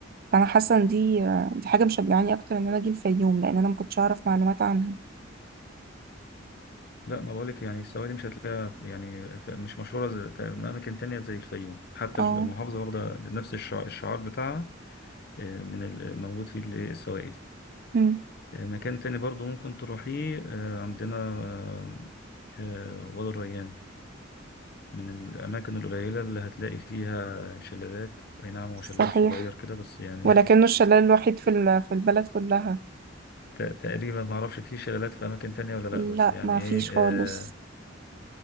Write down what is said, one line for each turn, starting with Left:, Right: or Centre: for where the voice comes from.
Right: فانا حاسه ان دي آه، دي حاجه مشجعاني اكتر ان انا اجي الفيوم لان انا ما كنتش اعرف معلومات عنها
Left: لا ما بقولك يعني السواقي دي مش هتلاقيها في- يعني في- مش مشهورة زي- في اماكن تانية زي الفيوم حتى
Right: اه
Left: المحافظة واخدة نفس الشع- الشعار بتاعها آه، من الموجود فيه اللي- السواقي دي
Right: مم.
Left: آه، مكان تاني برضو ممكن تروحيه آه، عندنا آه، آه، وادي الريان من الأماكن القليلة اللي هتلاقي فيها شلالات أي نعم هو
Right: صحيح
Left: شلال صغير كده بس يعني
Right: ولكنه الشلال الوحيد في ال- في البلد كلها
Left: <laughs> ت- تقريبا ما أعرفش فيه شلالات في أماكن تانية ولا لأ
Right: لا
Left: بس يعني
Right: ما
Left: إيه
Right: فيش
Left: آه
Right: خالص